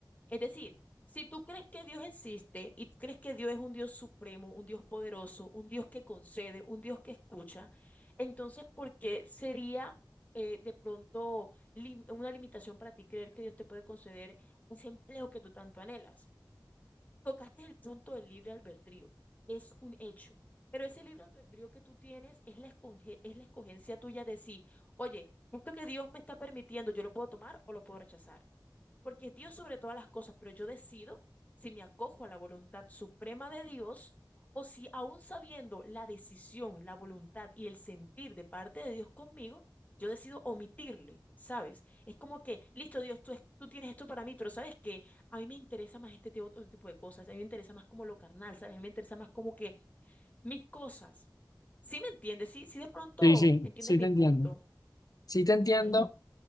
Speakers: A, on the left; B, on the left.
A: Es decir, si tú crees que Dios existe y tú crees que Dios es un Dios supremo, un Dios poderoso, un Dios que concede, un Dios que escucha, entonces, ¿por qué sería eh, de pronto lim- una limitación para ti creer que Dios te puede conceder ese empleo que tú tanto anhelas? Tocaste el punto del libre albedrío. Es un hecho. Pero ese libre albedrío que tú tienes es la esconge- es la escogencia tuya de sí. Oye, esto que Dios me está permitiendo, yo lo puedo tomar o lo puedo rechazar porque es Dios sobre todas las cosas, pero yo decido si me acojo a la voluntad suprema de Dios o si aún sabiendo la decisión, la voluntad y el sentir de parte de Dios conmigo, yo decido omitirle, ¿sabes? Es como que, listo, Dios, tú, es- tú tienes esto para mí, pero ¿sabes que A mí me interesa más este te- otro tipo de cosas, a mí me interesa más como lo carnal, ¿sabes? A mí me interesa más como que mis cosas. ¿Sí me entiendes? ¿Sí, sí de pronto
B: sí, sí,
A: entiendes
B: sí
A: mi
B: te entiendo.
A: punto?
B: Sí te
A: Ok,
B: entiendo.